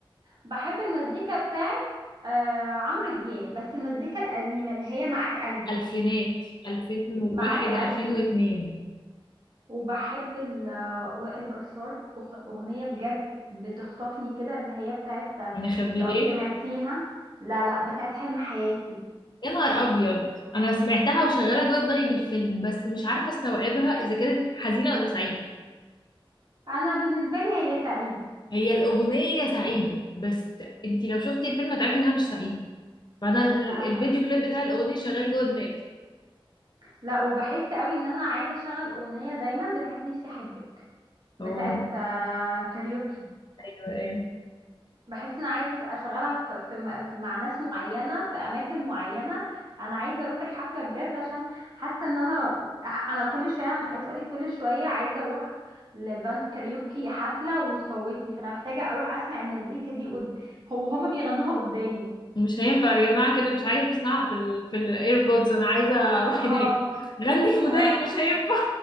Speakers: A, on the right; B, on the left.
A: بحب المزيكا بتاعت آه عمرو دياب بس المزيكا القديمة اللي هي معاك
B: <laughs>
A: قلبي
B: الفينات 2001
A: معاك قلبي
B: 2002
A: وبحب ال- آه، وائل جسار أخ- أغنية بجد بتخطفني كده اللي هي بتاعت آه،
B: نخبي
A: لو
B: ليه
A: سمعتيها لا لا بتاعت حلم حياتي
B: يا نهار ابيض انا سمعتها وشغالة جوه دماغي بالفيلم بس مش عارفة استوعبها اذا كانت حزينة ولا سعيدة
A: أنا بالنسبة لي هي سعيدة
B: هي الأغنية سعيدة بس انت لو شفتي الفيلم هتعرفي انها مش سعيدة فانا ال-
A: لا أنا
B: الفيديو كليب بتاع الأغنية شغال جوه دماغي
A: لا وبحس قوي ان انا عايزه اشغل اغنيه دايما بتاعت نفسي احبك
B: اوه
A: بتاعت آه، كاريوكي
B: ايوه ايوه
A: بحس انا عايزه اشغلها في في م- في مع ناس معينه في اماكن معينه انا عايزه اروح الحفله بجد عشان حاسه ان انا لو- أح- انا كل شويه عايزه اقولك كل شويه عايزه اروح لباند كاريوكي حفله وتفوتني فانا محتاجه اروح اسمع المزيكا دي قد... هو هما بيغنوها قدامي
B: مش هينفع يا جماعة كده مش عارفة اسمعها في ال في الايربودز انا عايزة اروح
A: اه
B: هناك غني في وداني
A: انا ع-
B: مش هينفع